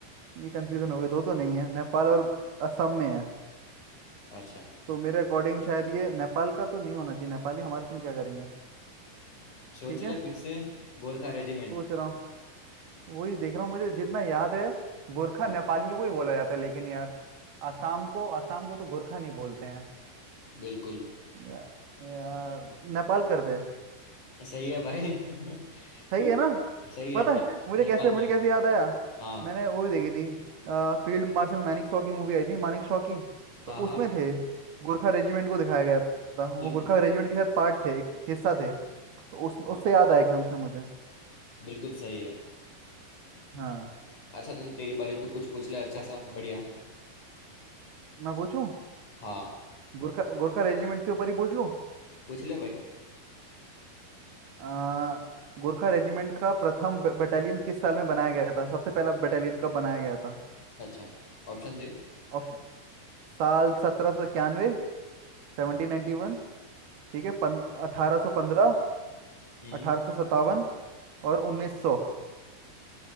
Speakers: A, on the right (about 70°); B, on the left (about 50°).
A: ये कंफ्यूजन हो गई दो तो नहीं है नेपाल और असम में है
B: अच्छा
A: तो मेरे अकॉर्डिंग शायद ये नेपाल का तो नहीं होना चाहिए नेपाली हमारे इसमें क्या करेंगे
B: सोच
A: ठीक
B: ले
A: है
B: फिर से गोरखा रेजिमेंट
A: सोच रहा हूँ वही देख रहा हूँ मुझे जितना याद है गोरखा
B: हाँ
A: नेपालियों को ही बोला जाता है लेकिन यार असम को असम को तो गोरखा नहीं बोलते हैं
B: बिल्कुल
A: या, या, नेपाल करते हैं
B: सही है भाई <laughs>
A: सही
B: तू
A: है ना
B: सही है
A: पता
B: ने,
A: है मुझे
B: नेपाल
A: कैसे मुझे
B: में ही।
A: कैसे याद आया
B: हाँ
A: मैंने वो भी देखी थी फील्ड मार्शल मैनिक शॉ की मूवी आई थी मानिक शॉ की
B: हाँ
A: तो
B: हाँ
A: उसमें थे गोरखा रेजिमेंट को दिखाया गया था वो
B: बिल्कुल
A: गोरखा रेजिमेंट के साथ पार्ट थे एक हिस्सा थे तो उस उससे
B: हाँ
A: याद आया एकदम से मुझे
B: बिल्कुल सही है
A: हाँ
B: अच्छा चल तेरी बारी तू कुछ पूछ ले अच्छा सा बढ़िया
A: मैं पूछूं
B: हाँ
A: गोरखा गोरखा रेजिमेंट से ऊपर ही पूछ लूं
B: पूछ ले भाई
A: आ, गोरखा रेजिमेंट का प्रथम बटालियन किस साल में बनाया गया था सबसे पहला बटालियन कब बनाया गया था
B: अच्छा ऑप्शन दे
A: ऑप्शन साल सत्रह सौ इक्यानवे सेवनटीन
B: हाँ
A: नाइन्टी वन ठीक है पन, अठारह सौ पंद्रह
B: हम्म
A: अठारह सौ सत्तावन, और 1900